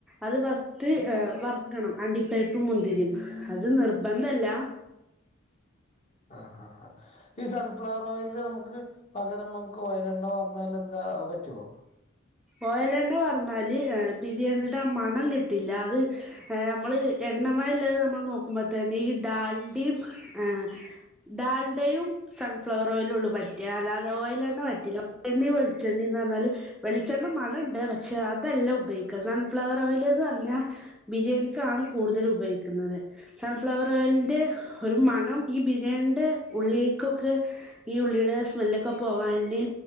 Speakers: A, in the centre; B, on the left.
A: അത് വറത്ത് വറ ണം അണ്ടിപ്പരിപ്പ് മുന്തിരീം അത് നിർബന്ധല്ല.
B: ആ ഈ സൺഫ്ലവർ ഓയിയില് നമുക്ക് പകരം നമുക്ക് ഓയിലെണ്ണ വന്നാല്‍ എന്ത ആ പറ്റോ?
A: ഓയല എണ്ണ പറഞ്ഞാല് ബിരിയാണിയുടെ മണം കിട്ടില്ല. അത് നമ്മള് എണ്ണ മയം ഇല്ലാതെ നമ്മള് നോക്കുമ്പോതെന്ന് ഈ ഡാൽഡിയും ആ ഡാൽഡയും സൺഫ്ലവർ ഓയിയിലും ഉള്ളൂ പറ്റ അല്ലാതെ ഓയിൽ എണ്ണ പറ്റില്ല ഓയിൽ എണ്ണയും വെളിച്ചെണ്ണയും എണ്ണ ന്ന് റഞ്ഞാല് വെളി പച്ചെണ്ണ, മണണ്ട്, പക്ഷെ, അതല്ല, ഉപയോഗിക്കാ, സൺഫ്ലവർ, ഓയിൽ, എന്ന്, പറഞ്ഞ, ബിരിയാണിക്കാണ് കൂ കൂടുതൽ, ഉപയോഗിക്കുന്നത്, സൺഫ്ലവർ, ഓയിലിന്റെ, ഒരു മണം, ഈ, ബിരിയാണിയുടെ, ഉള്ളിലേക്ക് ഈ, ഉള്ളിയുടെ, സ്മെല്ലൊക്കെ, പോവാന്,